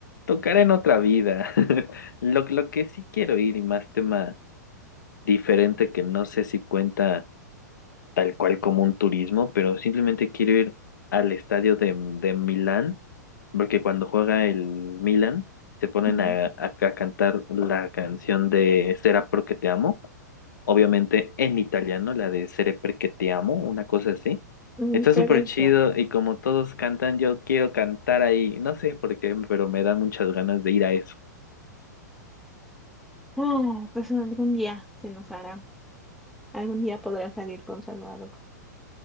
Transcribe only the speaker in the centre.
Ujú.
Mm,
Creo
que
sí.
Ah, pues algún día se nos hará. Algún día podrás salir con Salvador